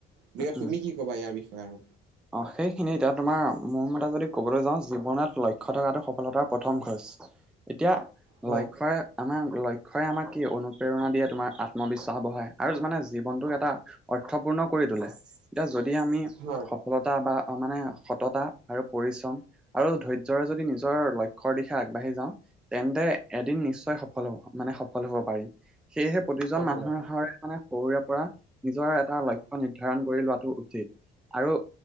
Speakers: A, on the right; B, in the centre.
A: গতিকে
B: উম
A: তুমি কি ক'বা ইয়াৰ বিষয়ে আৰু?
B: অ সেইখিনি এতিয়া তোমাৰ মোৰ মতে যদি ক'বলৈ যাওঁ জীৱনত লক্ষ্য থকাটো সফলতাৰ প থম খৰচ এতিয়া
A: হয়
B: লক্ষ্যই আমাৰ লক্ষ্যই আমাক কি অনুপ্ৰেৰণা দিয়ে, তোমাৰ আত্মবিশ্বাস বঢ়ায় আৰু মানে জীৱনটোক এটা অৰ্থপূৰ্ণ কৰি তোলে এতিয়া যদি আমি
A: হয়।
B: সফলতা বা মানে সততা আৰু পৰিশ্ৰম আৰু ধৈয্যৰে যদি নিজৰ লক্ষ্যৰ দিশে আগবাঢ়ি যাওঁ তেন্তে এদিন নিশ্চয় সফল হব মানে সফল হব পাৰিম সেয়েহে প্ৰতিজন
A: সফল
B: মানুহৰ
A: হ'ম
B: হয়। মানে সৰুৰে পৰা নিজৰ এটা লক্ষ্য নিৰ্ধাৰণ কৰি লোৱাটো উচিত আৰু